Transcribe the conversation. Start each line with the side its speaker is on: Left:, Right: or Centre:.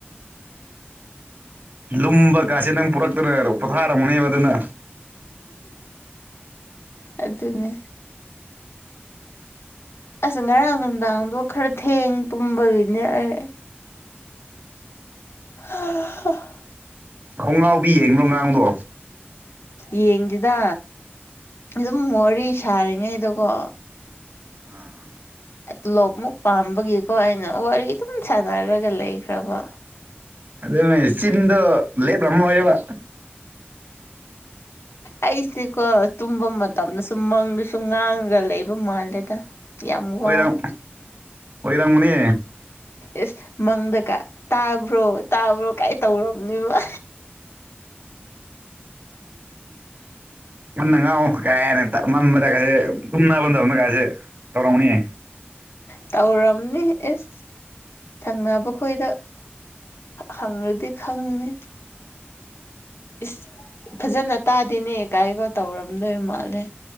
Right: ꯂꯨꯝꯕ ꯀꯥꯁꯦ ꯅꯪ ꯄꯨꯔꯛꯇꯅ ꯄꯣꯊꯥꯔꯝꯃꯅꯦꯕ ꯑꯗꯨꯅ
Left: ꯑꯗꯨꯅꯦ ꯑꯁ ꯉꯔꯥꯡ ꯅꯨꯡꯗꯥꯡꯗꯣ ꯈꯔ ꯊꯦꯡ ꯄꯨꯝꯕꯒꯤꯅꯦ ꯑꯩ <unintelligible>
Right: ꯈꯣꯡꯒꯥꯎꯕꯤ ꯌꯦꯡꯕ꯭ꯔꯣ ꯉꯔꯥꯡꯗꯣ
Left: ꯌꯦꯡꯗꯦꯗ ꯑꯗꯨꯝ ꯋꯥꯔꯤ ꯁꯥꯔꯤꯉꯩꯗꯀꯣ
Right: ꯑꯥ
Left: ꯇꯣꯂꯣꯞ ꯑꯃꯨꯛ ꯄꯥꯝꯕꯒꯤꯀꯣ ꯑꯩꯅ ꯋꯥꯔꯤ ꯑꯗꯨꯝ ꯁꯥꯟꯅꯔꯒ ꯂꯩꯈ꯭ꯔꯕ
Right: ꯑꯗꯨꯅꯦ ꯆꯤꯟꯗꯣ ꯂꯦꯄꯔꯝꯃꯣꯏꯕ
Left: ꯑꯩꯁꯦꯀꯣ ꯇꯨꯝꯕ ꯃꯇꯝꯗ ꯁꯨꯝ ꯃꯪꯗꯁꯨꯨꯝ ꯉꯥꯡꯉꯒ ꯂꯩꯕ ꯃꯥꯜꯂꯦꯗ ꯌꯥꯝ
Right: ꯑꯣꯏꯔꯝ
Left: ꯋꯥꯏ
Right: ꯑꯣꯏꯔꯝꯒꯅꯤ
Left: ꯏꯁ ꯃꯪꯗꯀ ꯇꯥꯕ꯭ꯔꯣ ꯇꯥꯕ꯭ꯔꯣ ꯀꯥꯏ ꯇꯧꯅꯦꯕ
Right: ꯇꯞꯅ ꯉꯥꯡꯉꫭ ꯀꯥꯏꯅ ꯃꯕꯗꯀꯥꯁꯦ ꯇꯨꯝꯅ ꯃꯇꯝꯗ ꯀꯥꯁꯦ ꯇꯧꯔꯝꯒꯅꯤꯅꯦ
Left: ꯇꯧꯔꯝꯅꯤ ꯑꯦꯁ ꯊꯪꯅꯕ ꯈꯣꯏꯗ ꯍꯪꯔꯗꯤ ꯈꯪꯅꯤ ꯏꯁ ꯐꯖꯅ ꯇꯥꯗꯦꯅꯦ ꯀꯥꯏꯒꯣ ꯇꯧꯔꯝꯗꯣꯏ ꯃꯥꯜꯂꯦ